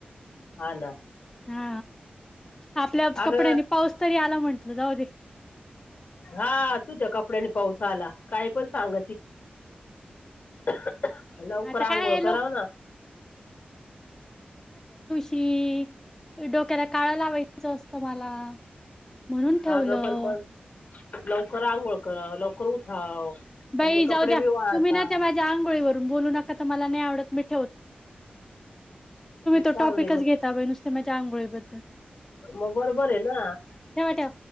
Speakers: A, on the left; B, on the left.
A: हा ना
B: हा आपल्या
A: अगं
B: कपड्यांनी पाऊस तरी आला म्हंटल जाऊ दे
A: हा तुझ्या कपड्यानी पावसाला काय पण सांग त लवकर
B: आता काय
A: अंघोळ
B: आहे
A: कराव
B: लोक
A: ना
B: कि डोक्याला काळं लावायचं असतं मला म्हणून
A: हा
B: ठेवलं.
A: ग पण मग लवकर अंघोळ ळ करावं लवकर उठाव म्हणजे
B: बाई
A: कपडे
B: जाऊ द्या
A: बी वाळतात
B: तुम्ही न त्या माझ्या आंगोळीवर न मला आ तुमहीच त्याच्या्या
A: जाऊ दे मग
B: आंघोळी बद्दल
A: मग बरोबर आहे ना
B: ठेवा.